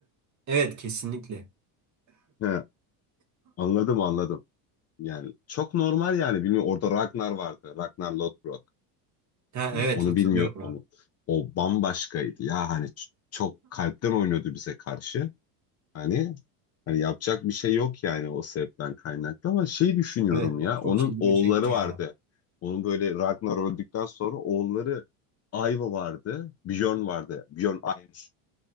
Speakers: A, on the right; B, on the left.
A: Evet, kesinlikle.
B: He, anladım anladım. Yani çok normal yani bilmiyorum orada Ragnar vardı. Ragnar Lothbrok.
A: Ha,
B: Hani
A: evet
B: onu
A: hatırlıyorum.
B: bilmiyor onu.
A: abi.
B: O bambaşkaydı ya hani ç- çok kalpten oynuyordu bize karşı. Hani hani yapacak bir şey yok yani o sebepten kaynaklı ama şey düşünüyorum
A: Evet,
B: ya
A: o
B: onun
A: çok ilgimi
B: oğulları
A: çekti ya.
B: vardı. Onun böyle Ragnar öldükten sonra oğulları Aiva vardı, Bjorn vardı. Bjorn Aims.